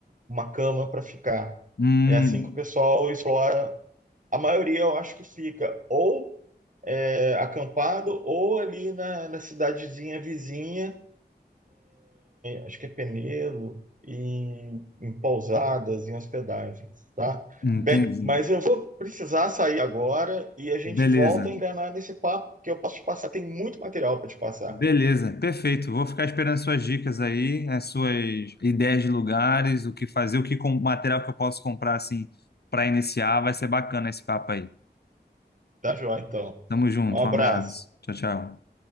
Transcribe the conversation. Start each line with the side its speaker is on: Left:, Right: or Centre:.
Right: uma cama para ficar.
Left: Hum,
Right: É assim que o pessoal explora. A maioria eu acho que fica ou é, acampado ou ali na, na cidadezinha vizinha acho que é Peneiro, e em pousadas, em hospedagens, tá?
Left: entendi.
Right: Bem, mas eu vou precisar sair agora e a gente
Left: Beleza.
Right: volta a engrenar nesse papo que eu posso te passar. Tem muito material para te passar,
Left: Beleza, perfeito. Vou ficar esperando suas dicas aí, as suas ideias de lugares, o que fazer, o que com material que eu posso comprar assim para iniciar. Vai ser bacana esse papo aí.
Right: tá, João? Então,
Left: Tamo junto,
Right: um abraço.
Left: um abraço. Tchau, tchau.